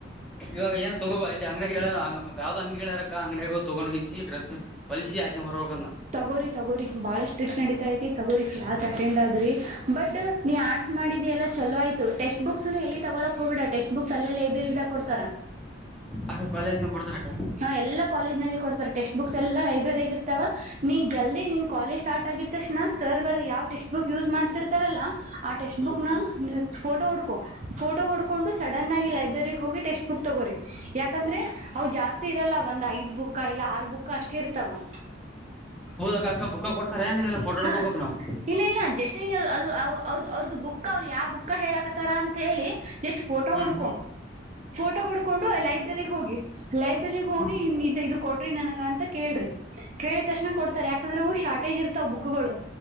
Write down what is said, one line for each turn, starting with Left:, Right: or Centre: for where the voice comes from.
Centre: ಇವಾಗ ಏನ ತಗೋಬ ಇಲ್ಲಿ ಅಂಗಡಿ ಯಾವ್ದ್ ಅಂಗಡಿಗಳ ಅರಕ ಅಂಗಡಿಗ ತಗೊಂಡ್ವಿಗೆಸಿ ಡ್ರೆಸ್ ಬಲಿಸಿ ಆಕೆ ಬರೋಬೆಕ್
Right: ತಗೋರಿ ತಗೋರಿ ಬಾಳ ಸ್ಟ್ರಿಕ್ಟ್ ನಡಿತೈತಿ ತಗೋರಿ ಕ್ಲಾಸ್ ಅಟೆಂಡ್ ಆಗ್ರಿ ಬಟ್ ನೀ ಆರ್ಟ್ಸ್ ಮಾಡಿದ ಎಲ್ಲ ಚಲೋ ಆಯ್ತು ಟಕ್ಸ್ಟ್ ಬುಕ್ಸ್ ಎಲ್ಲಿ ತಗೊಳಕ್ <unintelligible> ಟೆಕ್ಸ್ಟ್ ಬುಕ್ಸ್ ಅಲ್ಲೇ ಲೈಬ್ರರಿದಾಗ ಕೊಡ್ತಾರ
Centre: ಅಕ್ಕ <inaudible>
Right: ಹ ಎಲ್ಲಾ ಕಾಲೇಜ್ ನಾಗೆ ಕೊಡ್ತಾರೆ ಟೆಕ್ಸ್ಟ್ ಬುಕ್ಸ್ ಎಲ್ಲಾ ಲೈಬ್ರರಿ ಆಗಿರ್ತಾವ ನೀ ಜಲ್ದಿ ನಿನ್ ಕಾಲೇಜ್ ಸ್ಟಾರ್ಟ್ ಆಗಿದ ತಕ್ಷಣ ಸರ್ ಗಳು ಯಾವ್ ಟೆಸ್ಟ್ ಬುಕ್ ಯೂಸ್ ಮಾಡ್ತಿರ್ತಾರಲ್ಲಾ ಆ ಟೆಕ್ಸ್ಟ್
Centre: ಹ್ಮ್
Right: ಬುಕ್
Centre: ಹ್ಮ್
Right: ನ ಫೋಟೋ ಹಡ್ಕೋ ಫೋಟೋ ಹುಡ್ಕೊಂಡು ಸಡನ್ ಆಗಿ ಲೈಬ್ರರಿ ಹೋಗಿ ಟೆಕ್ಸ್ಟ್ ಬುಕ್ ತೊಗೋರಿ ಯಾಕಂದ್ರೆ ಜಾಸ್ತಿ ಇರಲ್ಲ ಒಂದ್ ಐದ್ ಬುಕ್ಕ ಇಲ್ಲ ಆರ್ ಬುಕ್ಕ ಅಷ್ಟೇ ಇರ್ತವ
Centre: ಹೌದಾಗ ಅಕ್ಕ ಬುಕ್ಕ ಕೊಡ್ತಾರೆ ನೀಲ್ಲಾ ಫೋಟೋ <unintelligible> ಹೋಗಬೇಕ್
Right: ಹ
Centre: ನಾವು
Right: ಇಲ್ಲ ಇಲ್ಲ ಜಸ್ಟ್ ಅದು ಅವ್ರದ ಅವ್ರದ್ದ ಬುಕ್ ಅವ್ರರು <unintelligible> ಯಾವ ಬುಕ್ ಹೇಳಕತಾರ ಅಂತ ಹೇಳಿ ಎಷ್ಟಟ್ ಫೋಟೋ
Centre: ಹ್ಮ್
Right: ಹಡ್ಕೊ ಫೋಟೋ ಹುಡ್ಕೊಂಡು ಲೈಬ್ರಗ್ ಹೋಗಿ ಲೈವ <unintelligible> <unintelligible> ಹೋಗಿ
Centre: ಹ್ಮ್
Right: ಇದು ಕೊಡ್ರಿ ನನಗ ಅಂತ ಕೇಳ್ರಿ ಕೇಳಿದ ತಕ್ಷಣ ಕೊಡ್ತಾರೆ ಯಾಕಂದ್ರೆ ಶಾರ್ಟೇಜ್ ಇರ್ತ ತ ಬುಕುಗಳು